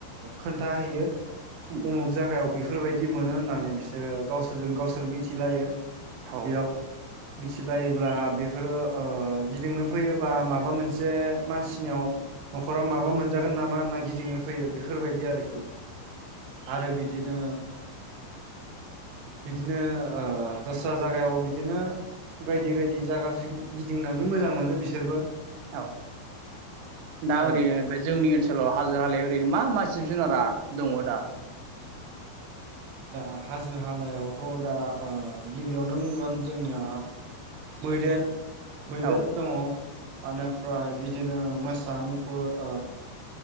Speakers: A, on the right (about 70°); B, on the right (about 85°).
A: खोन्थाहैयो।
B: उम
A: उमुख जागायाव बेफोरबायदि मोनो होननानै बिसोरो गावसोरजों गावसोर मिथिलायो।
B: औ
A: बेयाव मिथिलायोब्ला बेफोरो ओ गिदिंनो फैयोबा माबा मोनसे मानसिनियाव न'खराव माबा मोनजागोन नामा ना गिदिंनो फैयो बेफोरबायदि आरोखि। आरो बिदिनो बिदिनो ओ दस्रा जायगायाव बिदिनो बायदि बायदि जायागाफोर गिदिंनानै मोजां मोनो बिसोरबो।
B: औ दा
A: औ
B: ओरैनो ओमफ्राय जोंनि ओनसोलाव हाजो हाला ओरैनो मा मा जिब जुनारा दङ दा।
A: दा हाजो हालायावथ' दा गिबियावनो बुंगोन जोंनिया मैदेर मैदेर
B: औ
A: दङ। बेनिफ्राय बिदिनो मोसा मुफुर